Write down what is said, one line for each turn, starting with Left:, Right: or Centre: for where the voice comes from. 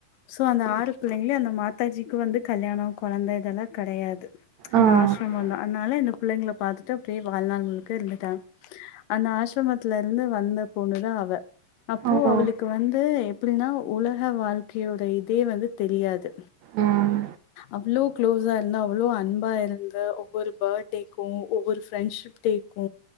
Left: சோ அந்த ஆறு பிள்ளைங்களையு அந்த மாதாஜிக்கு வந்து கல்யாணோ கொழந்த இதெல்லா கெடையாது அந்த
Right: ஆ
Left: ஆஸ்ரமோலா அனால இந்த பிள்ளங்கள பாத்துட்டு அப்டியே வாழ்நாள் முழுக்க இருந்துட்டாங் அந்த ஆஸ்ரமத்துல இருந்து வந்த பொண்ணுதா அவ அப்போ
Right: ஓ
Left: அவளுக்கு வந்து எப்டின்னா உலக வாழ்க்கையோட இதே வந்து தெரியாது
Right: ம்
Left: அவ்ளோ க்ளோஸா இருந்தா அவ்ளோ அன்பா இருந்த ஒவ்வொரு பர்த்டடேக்கு ஒவ்வொரு ஃப்ரெண்ட்ஷிப் டே க்கு